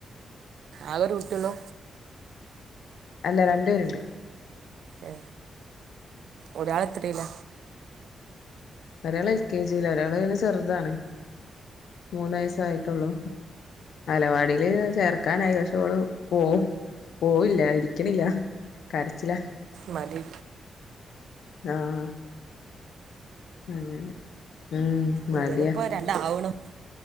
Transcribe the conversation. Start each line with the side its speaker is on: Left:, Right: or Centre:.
Right: അവരു വിട്ടുള്ളോ
Left: അല്ല രണ്ടുപേരുണ്ട്
Right: ഏ, ഒരാളെത്തിയില്ല
Left: ഒരാൾ എൽ കെ ജിയില ഒരാൾ പിന്നെ ചെറുതാണ് മൂന്ന വയസായിട്ടുള്ളൂ. അലവാടിൽ ചേർക്കാൻ ഐ വഷോള് പോകവും പോവില്ല ഇരിക്കണില്ല കരച്ചില.
Right: മതി
Left: ആഹ അതെെ ഉം മടിയാ
Right: ഇന്ത്യത്പ്പൊ രണ്ടാവണം